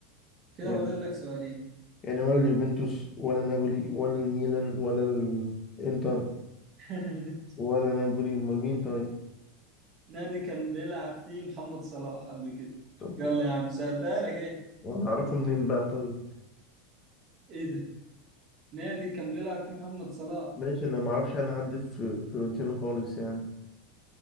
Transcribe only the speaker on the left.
يعني
يعني ولا اليوفنتوس ولا نابولي ولا الميلان ولا الانتر
ولا نابولي امال مين طيب
طب
وانا اعرفه منين بقى طيب
ماشي انا ما اعرفش انا اعدي في فيورنتينا خالص يعني